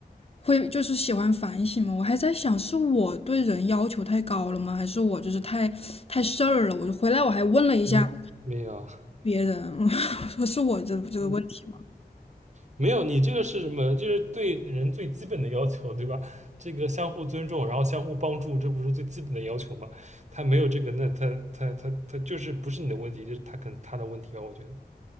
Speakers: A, on the left (about 35°); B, on the right (about 45°).
A: 会，就是喜欢反省嘛。我还在想，是我对人要求太高了吗？还是我就是太太事儿了？我就回来我还问了一下
B: 嗯，没有。
A: 别人，<laughs> 我说是我这这个问题吗？
B: 嗯没有，你这个是什么？就是对人最基本的要求，对吧？这个相互尊重，然后相互帮助，这不是最基本的要求吗？他没有这个，那他他他他就是不是你的问题，就是他可能他的问题吧，我觉得。